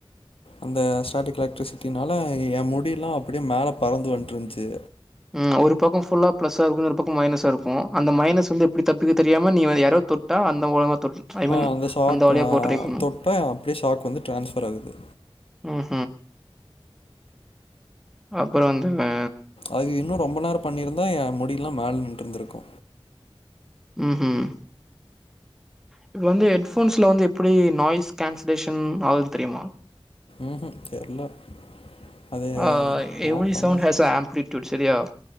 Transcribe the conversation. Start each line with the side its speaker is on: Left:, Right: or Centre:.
Left: அந்த ஸ்டாட்டிக் எலக்ட்ரிசிட்டினால எ முடில்லா அப்டே மேல பறந்து வன்ருந்துச்சு
Centre: உம் ஒரு பக்கோ ஃபுல்லா ப்ளஸ்சா இருக்கு ஒரு பக்கோ மைனஸா இருக்கு அந்த மைனஸ் வந்து எப்டி தப்பிக்க தெரியாம நீ எரவ் தொட்டா அந்த மூலமா தொ ஐ மீன்
Left: ஆஹ் அந்த ஷாக்கா
Centre: வழியா போ ட்ரை பண்ணு
Left: தொட்டா அப்டியே ஷாக் வந்து டிரான்ஸ்ஃபர் ஆகுது
Centre: ம் அப்பறோ வந்து வே
Left: அது இன்னு ரொம்ப நேரோ பண்ணிருந்தா எ முடில்லா மேல நின்று இருந்துருக்கு
Centre: உஹும் இப்ப வந்து ஹெட்ஃபோன்ஸ்ல வந்து எப்டி நாய்ஸ் கேன்சலேஷன் ஆகுது தெரியுமா
Left: உஹும் தெர்ல அது
Centre: அஹ்
Left: என்னமோ
Centre: எவ்ரி
Left: பண்ணாங்க.
Centre: சவுண்ட் ஹாஸ்ஸ ஆம்ப்பிலிடியுட் சரியா